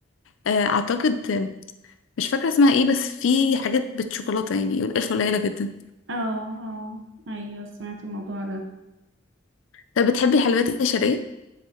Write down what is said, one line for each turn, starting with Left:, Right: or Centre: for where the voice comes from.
Left: آه، أعتقد مش فاكرة اسمها ايه بس في حاجات بالشوكولاتة يعني والقرفة قليلة جدا
Right: اه اه ايوه سمعت الموضوع ده
Left: طب بتحبي الحلويات الشرقية؟